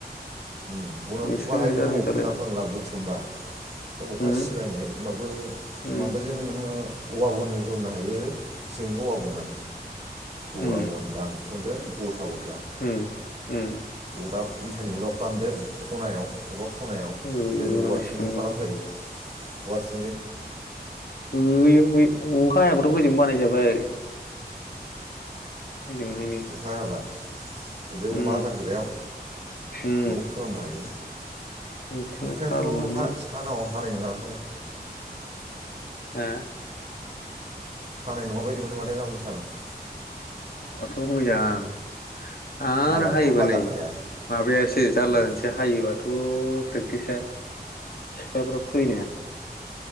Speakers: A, on the right (about 40°); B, on the left (about 65°).
A: उम बनाथ'
B: बेसो
A: बाहायबो
B: जादों
A: दङ
B: जारलाया
A: खना खनला बुथुमबा बा अखा
B: उम
A: सिबायनै होमबाबो
B: उम
A: माबाजों नोङो औवा बनजों नो हायो जोङो औवा ब'ना।
B: उम
A: औवा बन दान सदो गथा
B: उम उम
A: दाब इथानि अदाब खालामदो खनायाव <unintelligible> खनायाव
B: होनांसिगोन
A: ओरै औवासुंजों खालाम फै <unintelligible>
B: बैयाव बै अखा हायाबथ' होजों बानायजाबाय। हजोंहायनो
A: अखा हायाबा अबे
B: उम
A: अमा आदार होग्रायाव
B: उम
A: औ खालामनो हायो।
B: बिखौनो
A: अखायाथ'
B: खालामनानै
A: हा सानाव हानाय नोङा।
B: हा
A: हानाय नङा बायदि मोनो माथो गाबोन सानाव।
B: आथ' मोजां आरो
A: हाबाथ'
B: हायोबा
A: हाजाखाया
B: नै माबायासो जारला
A: उम
B: जासै हायोबाथ' प्रेक्टिसा सिख्लाफोरा फैनो